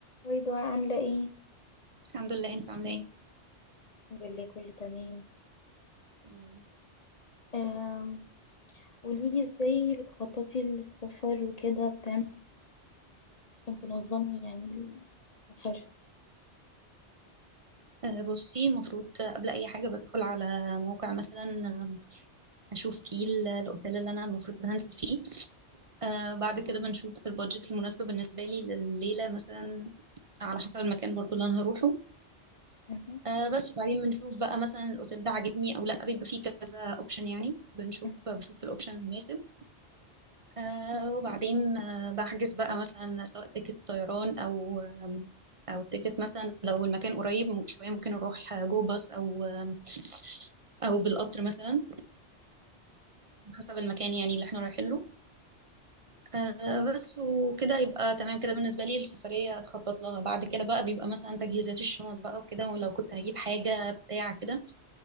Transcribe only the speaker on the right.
الحمد لله انت عامله ايه
تمام
آه، بصي المفروض قبل اي حاجه بدخل على موقع مثلا آه، اشوف فيه ال- الاوتيل اللي انا المفروض هنزل فيه آه، بعد كده بنشوف البادجت المناسبه بالنسبه لي لليله مثلا على حسب المكان برضو اللي انا هروحه
آه، بس وبعدين بنشوف بقى مثلا الاوتيل ده عاجبني او لا بيبقى فيه كذا اوبشن يعني بنشوف
بشوف الاوبشن المناسب آه وبعدين آه بحجز بقى مثلا سواء تيكت طيران أو آم، أو تيكت مثلا لو المكان قريب م- شوية ممكن أروح آه، جو باص أو آم، أو بالقطر مثلا حسب المكان يعني اللي احنا رايحين له آه بس وكده يبقى تمام كده بالنسبة لي السفرية أتخطط لها بعد كده بقى بيبقى مثلا تجهيزات الشنط بقى وكده ولو كنت هجيب حاجة بتاع كده